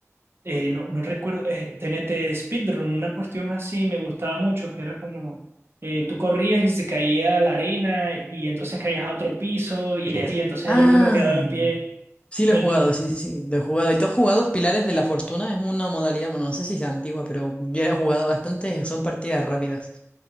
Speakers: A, on the right; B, on the left.
A: eh, no, no recuerdo, eh, TNT Speedrun, una cuestión así me gustaba mucho, que era como eh, tú corrías y se caía a la arena y entonces caías a otro piso y así, entonces
B: Ah.
A: el último que quedaba en pie,
B: Sí, lo
A: el
B: he jugado,
A: último que...
B: sí, sí, sí, lo he jugado. ¿Y tú has jugado Pilares de la Fortuna? Es una modalidad, bueno, no sé si sea antigua, pero yo la he jugado bastante, son partidas rápidas,